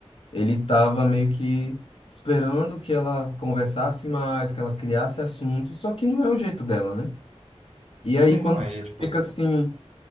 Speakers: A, on the left (about 55°); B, on the right (about 85°).
A: Ele estava meio que esperando que ela conversasse mais, que ela criasse assunto, só que não é o jeito dela, né? E aí,
B: Sim,
A: quando
B: mas,
A: você
B: é, tipo...
A: fica assim,